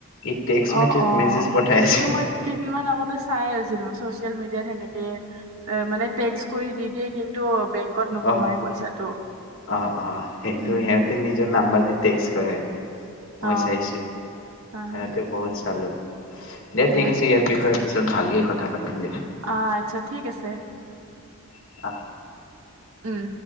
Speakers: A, on the left; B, on the right.
A: ই টেক্স
B: অ', অ',
A: মেছেজ পঠাই আছে
B: এইটো মই কেইদিনমান আগতে চাই আছিলো, চচিয়েল মিডিয়াত সেনেকে। এ, মানে টেক্স কৰি দি কিন্তু বেংকত নোসোমাই
A: অ',
B: পইচাটো
A: অ', অ', সেইটোৱে
B: উম
A: সিহঁতে নিজৰ নাম্বাৰ দি টেক কৰে।
B: অ
A: মই চাইছো সিহঁতে
B: হা হা
A: বহুত চালো। দে
B: হা
A: ঠিক আছে ইয়াৰ বিষয়ে পিছত ভালকে কথা পাতিম দে।
B: অ আচ্ছা ঠিক আছে।
A: আহ।
B: উম।